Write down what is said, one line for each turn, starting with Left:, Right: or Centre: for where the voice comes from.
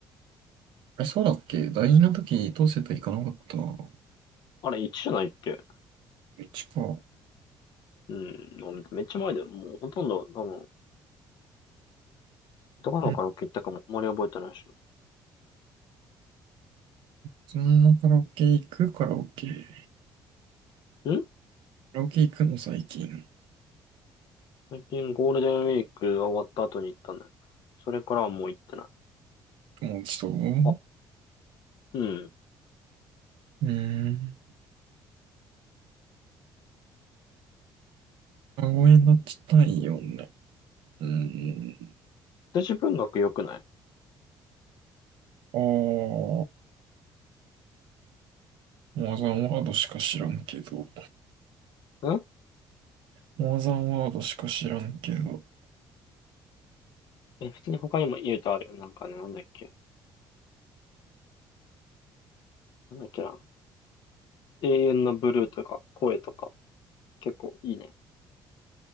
Right: え、そうだっけ大事な時、どうせと行かなかった。う
Left: あれ、1じゃないっけ
Right: ちか。う
Left: うん、もうめっちゃ前で、もうほとんど、多分、どこのカラオケ行ったかもあんまり覚えてないし
Right: ん。そんなカラオケ行くカラオケ。
Left: な。ん
Right: カラオケ行くの最近。
Left: 最近ゴールデンウィークが終わった後に行ったね。それからはもう行ってない。
Right: 友達と。う
Left: あ、うん。
Right: ーん。あ、ごめんなっちたいよね。うーん。
Left: 私文学良くない
Right: ああ、マザンワードしか知らんけど。
Left: ん
Right: マザンワードしか知らんけど。
Left: え、普通に他にも言うとあるよ。なんかね、なんだっけ。なんだっけな。永遠のブルーとか、声とか、結構いいね。